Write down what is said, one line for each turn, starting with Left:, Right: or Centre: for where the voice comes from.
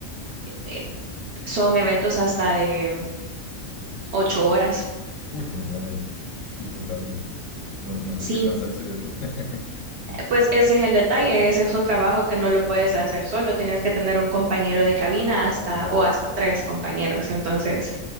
Right: eh, son eventos hasta de ocho horas.
Left: Uy, jue madre, súper largo. No, no se
Right: Sí,
Left: te cansa el cerebro. <laughs>
Right: Pues ese es el detalle, ese es un trabajo que no lo puedes hacer solo, tienes que tener un compañero de
Left: Ah,
Right: cabina hasta
Left: ya.
Right: o hasta tres compañeros. Entonces,